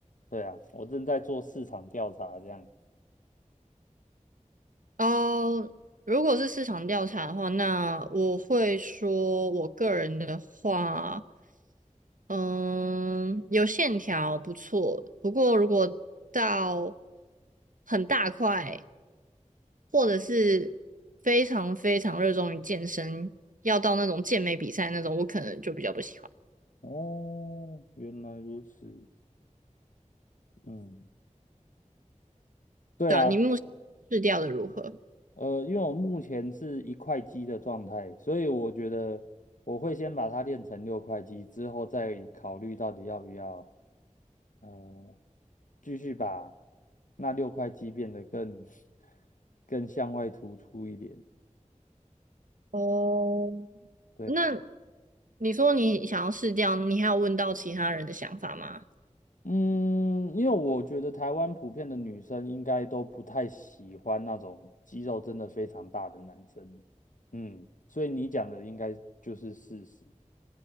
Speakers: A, on the left; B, on the right.
A: 对啊，我正在做市场调查，这样。
B: 哦，如果是市场调查的话，那我会说，我个人的话，嗯，有线条不错，不过如果到很大块，或者是非常非常热衷于健身，要到那种健美比赛那种，我可能就比较不喜欢。
A: 哦，原来如此。嗯，对啊。
B: 对啊，你目前试掉的如何？
A: 呃，因为我目前是一块肌的状态，所以我觉得我会先把它练成六块肌，之后再考虑到底要不要呃继续把那六块肌变得更 <laughs> 更向外突出一点。
B: 哦，
A: 对啊，
B: 那你说你想要试掉，你还有问到其他人的想法吗？
A: 嗯，因为我觉得台湾普遍的女生应该都不太喜欢那种肌肉真的非常大的男生，嗯，所以你讲的应该就是事实。